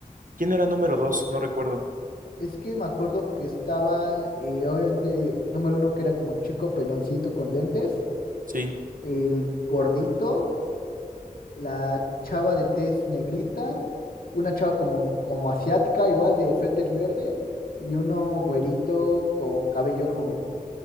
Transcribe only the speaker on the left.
Es que me acuerdo que estaba, eh, obviamente, número uno que era como el chico peloncito con lentes,
el gordito la chava de tez negrita, una chava como, como asiática, igual de suéter verde, y uno güerito con cabello rubio.